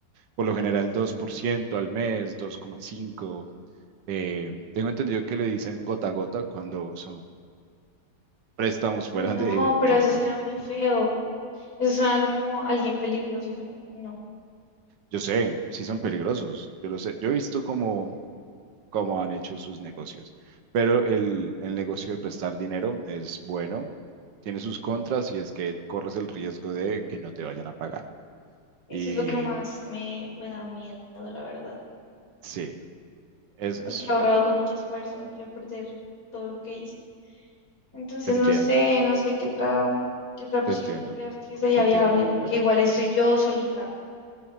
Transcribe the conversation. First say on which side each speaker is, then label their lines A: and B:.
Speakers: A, on the right; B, on the left.
A: Por lo general, 2% al mes, 2,5%. Eh, tengo entendido que le dicen gota a gota cuando son préstamos fuera
B: Ay, no,
A: de-
B: pero
A: del
B: eso
A: banco.
B: suena muy feo. Eso suena como alguien peligroso. Yo no, no.
A: Yo sé, sí son peligrosos, yo lo sé. Yo he visto como cómo han hecho sus negocios. Pero el, el negocio de prestar dinero es bueno, tiene sus contras y es que corres el riesgo de que no te vayan a pagar.
B: Eso
A: Y
B: es lo que más me, me da miedo, la verdad.
A: sí, es, es-
B: Porque he ahorrado con mucho esfuerzo, no quiero perder todo lo que hice. Entonces
A: te entiendo,
B: no sé, no sé qué otra, qué otra opción
A: te entiendo,
B: creas que sería
A: te entiendo
B: viable,
A: completamente.
B: porque igual estoy yo solita.